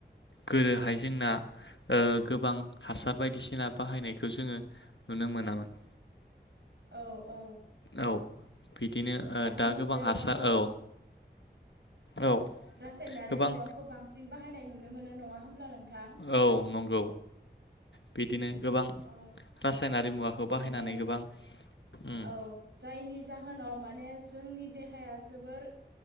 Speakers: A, on the left; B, on the right.
A: गोदोहाय जोंना ओ गोबां हासार बायदिसिना बाहायनायखौ जोङो नुनो मोनामोन।
B: औ औ
A: औ बिदिनो ओ
B: दानि
A: दा
B: मुगायावथ'
A: गोबां हासार औ औ
B: रासायनारि
A: गोबां
B: मुवाखौ बांसिन बाहायनाय नु नो नङा हो ब्ला नोंथां?
A: औ नंगौ बिदिनो गोबां
B: औ
A: रासायनारि मुवाखौ बाहायनानै
B: माने
A: गोबां उम
B: औ जायनि जाहोनाव माने जोंनि देहाया जोबोर